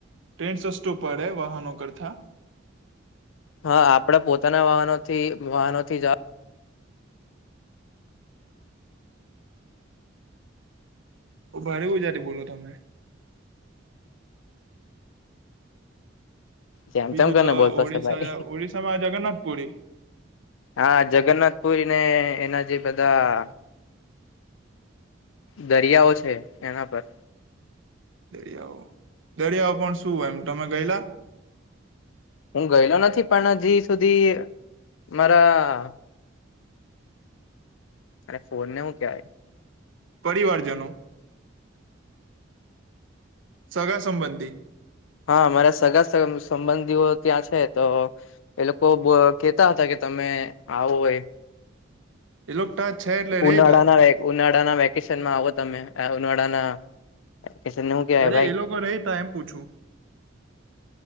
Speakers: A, on the right; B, on the left.
A: ટ્રેન સસ્તુ પડે વાહનો કરતા.
B: હા આપડે પોતાના વાહનોથી વાહનોથી જ
A: ભારે ઉજાથી બોલો તમે.
B: જેમ
A: બીજું
B: તેમ કરીને
A: તો
B: બોલતો
A: ઓડિશા
B: છે ભાઈ.
A: ઓડિશામાં જગન્નાથપુરી
B: હા જગન્નાથ પુરીને એના જે બધા દરિયાઓ છે એના પર
A: દરિયાઓ દરિયાઓ પણ શુંય એમ તમે ગયેલા?
B: હું ગયેલો નથી પણ હજી સુધી મારા અરે ફોન ને હું કેવાય?
A: પરિવારજનો સગાસંબંધી.
B: હા મારા સગા સંબંધીઓ ત્યાં છે તો. એ લોકો કેતા હતા કે તમે આવો હોય.
A: એઇલોક્ટા છે. એટલે
B: ઉનાળાના
A: રેતા
B: ઉનાળાના વેકેશનમાં આવો તમે ઉનાળાના. વેકેશન ને હું કેવાય
A: અરે
B: ભાઈ
A: એ લોકો રે તા એમ પૂછું.